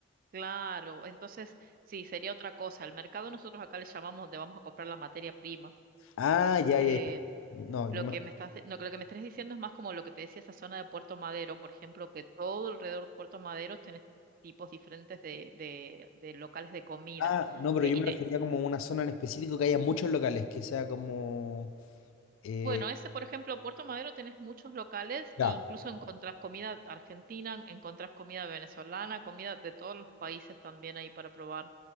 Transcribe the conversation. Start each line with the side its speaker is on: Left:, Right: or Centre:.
Right: claro. Entonces, sí, sería otra cosa. El mercado nosotros acá le llamamos donde vamos a comprar la materia prima.
Left: Ah, ya,
Right: Eh,
Left: ya, ya. No,
Right: Lo
Left: yo me...
Right: que me estás, lo que lo que me estás diciendo es más como lo que te decía esa zona de Puerto Madero, por ejemplo, que todo alrededor de Puerto Madero tiene tipos diferentes de, de, de locales de comida.
Left: Ah, no, pero
Right: Te-
Left: yo
Right: y
Left: me
Right: te,
Left: refería como a una zona en específico que haya muchos locales, que sea como... eh,
Right: Bueno, ese, por ejemplo, Puerto Madero tenés muchos locales
Left: ya.
Right: e incluso encontrás comida argentina, encontrás comida venezolana, comida de todos los países también ahí para probar.